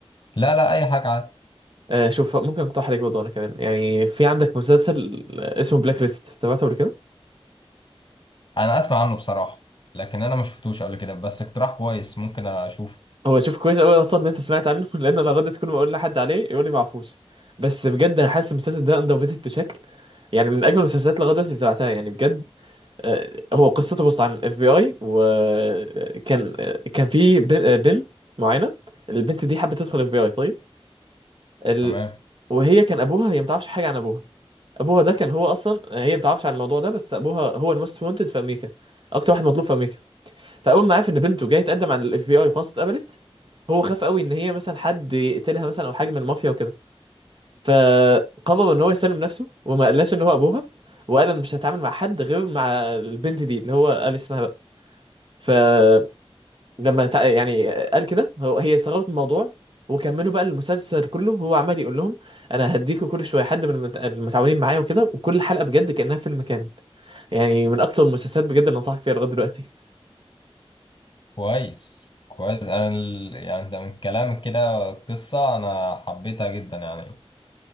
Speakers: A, on the left; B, on the right.
A: لا لا اي حاجه عادي
B: آه شوف ممكن اقترح عليك برضه انا كمان يعني في عندك مسلسل اسمه بلاك ليست تابعته قبل كده
A: انا اسمع عنه بصراحه لكن انا ما شفتوش قبل كده بس اقتراح كويس ممكن اشوفه
B: هو شوف كويس قوي اصلا ان انت سمعت عنه <laughs> لان انا غدت كل ما اقول لحد عليه يقول لي معفوش بس بجد انا حاسس المسلسل ده اندر بشكل يعني من اجمل المسلسلات لغايه دلوقتي اللي تابعتها يعني بجد آه، هو قصته بص عن اف بي اي وكان كان في بن- آه، بنت معينه البنت دي حبت تدخل اف بي اي طيب ال...
A: تمام
B: وهي كان ابوها هي ما تعرفش حاجه عن ابوها ابوها ده كان هو اصلا هي ما تعرفش عن الموضوع ده بس ابوها هو الموست وانتد في امريكا اكتر واحد مطلوب في امريكا فاول ما عرف ان بنته جايه تقدم على الاف بي اي وخلاص اتقبلت هو خاف قوي ان هي مثلا حد يقتلها مثلا او حاجه من المافيا وكده فقرر ان هو يسلم نفسه وما قالهاش ان هو ابوها وقال انا مش هتعامل مع حد غير مع البنت دي اللي هو قال اسمها بقى فلما تع... يعني قال كده هو هي استغربت من الموضوع وكملوا بقى المسلسل كله هو عمال يقول لهم انا هديكوا كل شويه حد من المت- المتعاونين معايا وكده وكل حلقه بجد كانها فيلم كامل يعني من اكتر المسلسلات بجد اللي انصحك فيها لغايه دلوقتي
A: كويس كويس انا ال... يعني ده من كلامك كده قصة انا حبيتها جدا يعني